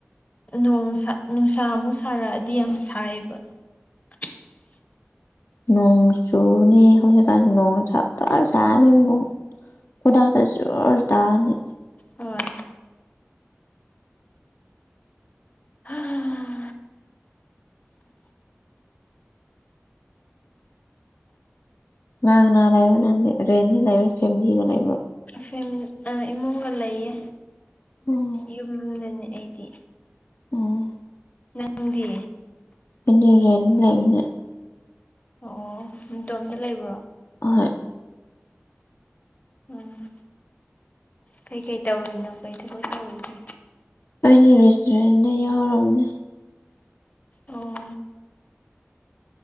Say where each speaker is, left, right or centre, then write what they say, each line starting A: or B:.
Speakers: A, on the left; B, on the left.
A: ꯅꯣꯡꯁꯥ ꯅꯨꯡꯁꯥ ꯑꯃꯨꯛ ꯁꯥꯔꯛꯑꯗꯤ ꯌꯥꯝ ꯁꯥꯏꯑꯦꯕ꯫ <inaudible>
B: ꯅꯣꯡ ꯆꯨꯅꯤ ꯍꯧꯖꯤꯛꯀꯥꯟ ꯅꯣꯡꯁꯥ ꯐꯅ ꯁꯥꯟꯅꯤ ꯑꯃꯨꯛ <unintelligible> ꯖꯣꯔ ꯇꯥꯅꯤ꯫
A: ꯎꯝ ꯍꯝ
B: ꯅꯪꯅꯥ ꯂꯩꯕ ꯅꯪꯗꯤ ꯔꯦꯟꯗ ꯂꯩꯕ꯭ꯔꯣ ꯐꯦꯝꯃꯤꯂꯤꯗ ꯂꯩꯕ꯭ꯔꯣ꯫
A: <unintelligible> ꯏꯃꯨꯡꯒ ꯂꯩꯌꯦ꯫
B: ꯎꯝ꯫
A: ꯌꯨꯝꯗꯅꯦ ꯑꯩꯗꯤ꯫
B: ꯎꯝ꯫
A: ꯅꯪꯗꯤ
B: ꯑꯩꯗꯤ ꯔꯦꯟ ꯂꯩꯕꯅꯦ꯫
A: ꯑꯣ ꯑꯣ ꯅꯇꯣꯝꯇ ꯂꯩꯕ꯭ꯔꯣ꯫
B: ꯍꯣꯏ꯫
A: ꯎꯝ ꯀꯩꯀꯩ ꯇꯧꯔꯤꯅꯣ ꯀꯩ ꯊꯕꯛ ꯇꯧꯔꯤꯒꯦ꯫
B: ꯑꯩꯒꯤ ꯔꯦꯁꯇꯨꯔꯦꯟꯗ ꯌꯥꯎꯔꯝꯅꯦ꯫
A: ꯑꯣ꯫